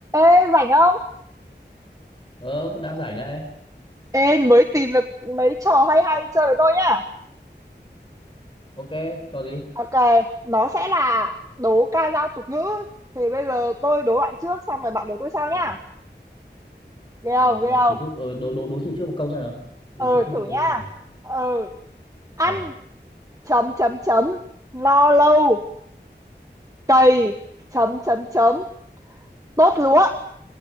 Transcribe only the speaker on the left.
ờ đang rảnh đây
ok cho gì
Ủa,
nghe
nghe
trí thức ờ, đố đố đố chữ trước một câu xem nào đố
chữ trước
một
câu đi xem nào
ờ